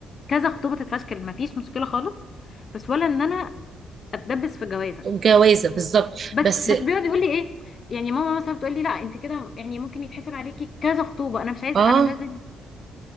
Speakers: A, on the left; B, on the right.
A: كذا خطوبه تتفشكل ما فيش مشكله خالص بس ولا ان انا اتدبس في جوازه
B: جوازة بالظبط
A: بس
B: بس
A: بس بيقعد يقول لي ايه يعني ماما مثلا بتقول لي لا انت كده يعني ممكن يتحسب عليكي كذا خطوبه انا مش عايزه
B: اه
A: انا مش عايزه